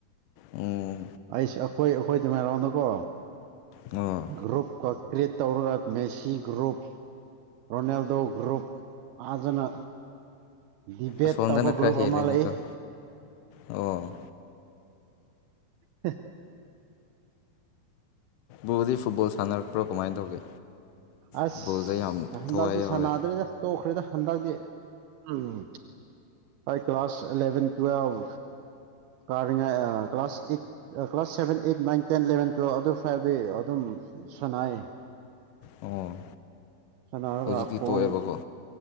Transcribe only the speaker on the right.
ꯑꯩꯁꯨ ꯑꯩꯈꯣꯏ ꯑꯩꯈꯣꯏ ꯇꯃꯥꯏꯔꯣꯡꯗꯀꯣ
ꯒ꯭ꯔꯨꯞꯀ ꯀ꯭ꯔꯤꯌꯦꯠ ꯇꯧꯔꯒ ꯃꯦꯁꯤ ꯒ꯭ꯔꯨꯞ ꯔꯣꯅꯥꯜꯗꯣ ꯒ꯭ꯔꯨꯞ ꯐꯖꯅ ꯗꯤꯕꯦꯠ
ꯇꯧꯕ
ꯒ꯭ꯔꯨꯞ
ꯑꯃ ꯂꯩ
ꯍ
ꯑꯁ
ꯍꯟꯗꯛꯇꯤ
ꯁꯥꯟꯅꯗ꯭ꯔꯦꯗ ꯇꯣꯛꯈ꯭ꯔꯦꯗ ꯍꯟꯗꯛꯇꯝ ꯎꯝ ꯑꯩ ꯀ꯭ꯂꯥꯁ ꯑꯦꯂꯚꯦꯟ ꯇꯨꯋꯦꯜꯞ ꯀꯥꯔꯤꯉꯩ ꯑ ꯀ꯭ꯂꯥꯁ ꯏꯠ ꯑ class seven eight nine ten eleven twelve ꯑꯗꯨ ꯐꯥꯎꯗꯤ ꯑꯗꯨꯝ ꯁꯥꯅꯩ
ꯁꯥꯅꯔꯒ
ꯈꯣꯡ